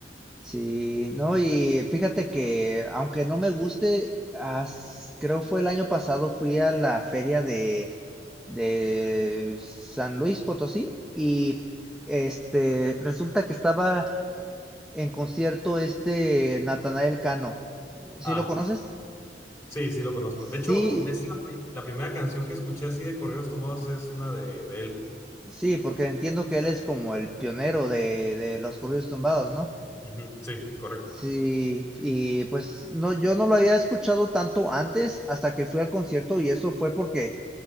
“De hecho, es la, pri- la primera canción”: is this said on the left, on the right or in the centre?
Left